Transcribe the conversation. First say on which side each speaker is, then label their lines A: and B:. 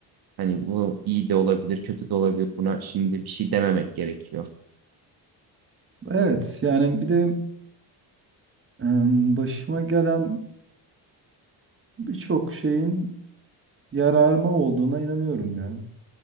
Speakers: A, on the right (about 60°); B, on the right (about 30°).
A: hani bu iyi de olabilir, kötü de olabilir. Buna şimdi bir şey dememek gerekiyor.
B: Evet yani bir de em, başıma gelen birçok şeyin yararıma olduğuna inanıyorum ya.